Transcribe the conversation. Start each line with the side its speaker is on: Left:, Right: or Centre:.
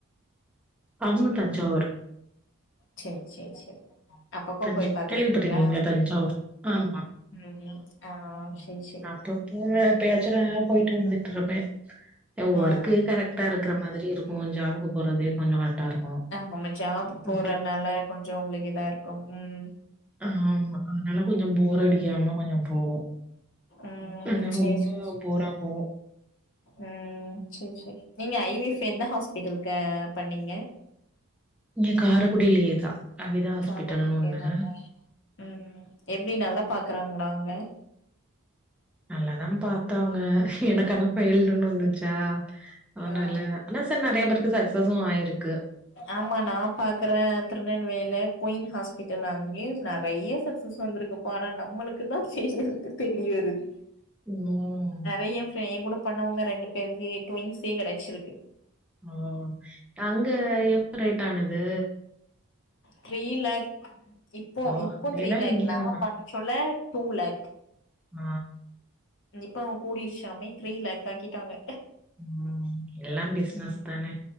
Centre: அவுங்க தஞ்சாவூர்
Left: சேர் சேர் சேரி அப்பப்ப
Centre: தஞ்ச
Left: போய் பாத்துக்குவிங்ளா
Centre: கேள்விப்பட்டிருக்கீங்களா தஞ்சாவூர் ஆமா
Left: ம் ஆ சரி சரி
Centre: அப்பப்ப பேச்சுலரா போயிட்டு வந்துட்ருப்பே இப்ப
Left: ஆ
Centre: ஒர்க்கே கரெக்ட் டா இருக்குற மாதிரி இருக்கு ஜாபூக்கு போறதே கொஞ்சோ கரெட்டா இருக்கு
Left: ஆ நம்ம ஜாப் போறனால
Centre: அப்டி
Left: கொஞ்சோ உங்குளுக்கு இதாருக்கு ம்
Centre: ஆமா அதனால கொஞ்சோ போரடிக்காம கொஞ்சோ போவு
Left: ம்
Centre: <unintelligible>
Left: சரி
Centre: ரொம்ப
Left: சரி
Centre: போரா போவு
Left: ம் சேர் சேரி நீங்க ஐவிஃப் எந்த ஹாஸ்பிட்டல்ங்க பண்ணிங்க
Centre: இங்க காரைக்குடியிலே தா கவிதா ஹாஸ்பிட்டல்னு
Left: காரக்குடில
Centre: ஒன்னு
Left: தானா ம் எப்டி நல்லா பாக்குறாங்ளா அங்க
Centre: நல்லதா பாத்தாங்க எனக்கு ஆனா ஃபெயில்டுன்னு வந்துச்சா அனால
Left: ஆ
Centre: ஆனா ச நறைய பேருக்கு சக்சஸு ஆயிருக்கு
Left: ஆமா நா பாக்குறே திருநெல்வேல குயின் ஹாஸ்பிட்டல் அங்கியு நறைய சக்சஸ் வந்துருக்கு ஆனா நம்மளுக்கு தா <inaudible> தேடி வருது
Centre: ம்
Left: நறைய எங்கூட பண்ணவங்க ரெண்டு பேருக்கு டுவின்ஸே கெடைச்சிருக்கு
Centre: ஓ அங்க எவ்ளோ ரேட் ஆனது
Left: த்ரீ லேக் இப்போ
Centre: ஓ
Left: இப்போ
Centre: அதேதா
Left: த்ரீ லேக்
Centre: இங்கயு
Left: நா பண்ண சொல்ல டூ லேக்
Centre: ஆ
Left: இப்ப அவங்க கூடிர்ச்சாமே த்ரீ லேக் ஆக்கிட்டாங்க
Centre: ம் எல்லா பிஸ்னஸ்
Left: ம்
Centre: தானே